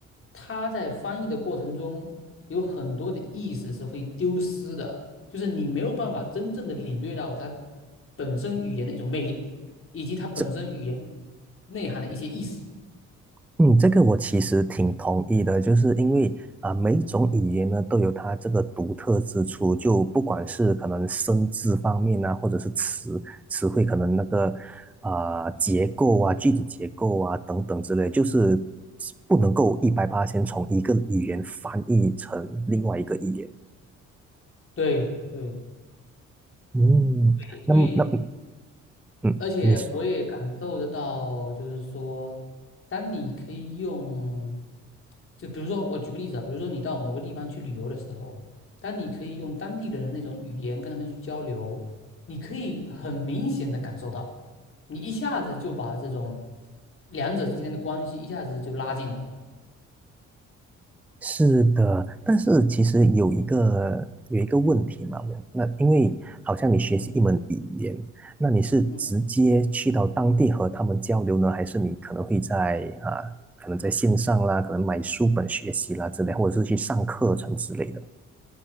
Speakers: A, on the left; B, in the centre.
A: 它在翻译的过程中有很多的意思是会丢失的，就是你没有办法真正的领略到它本身语言的一种魅力，以及它本身语言
B: 这
A: 内涵的一些意思。
B: 嗯，这个我其实挺同意的，就是因为啊、每一种语言呢都有它这个独特之处，就不管是可能生字方面啊，或者是词词汇，可能那个啊、结构啊、句子结构啊等等之类，就是不能够一百八先从一个语言翻译成另外一个语言。
A: 对对
B: 嗯，
A: 对，因为
B: 那么那嗯，
A: 而且我也感受得到，
B: 你说。
A: 就是说，当你可以用，就比如说我举个例子啊，比如说你到某个地方去旅游的时候，当你可以用当地人的那种语言跟他们去交流，你可以很明显的感受到，你一下子就把这种两者之间的关系一下子就拉近了。
B: 是的，但是其实有一个有一个问题嘛，
A: 嗯
B: 我那因为好像你学习一门语言，
A: 嗯
B: 那你是直接去到当地和他们交流呢，
A: 嗯。
B: 还是你可能会在啊，可能在线上啦，可能买书本学习啦之类，或者是去上课程之类的？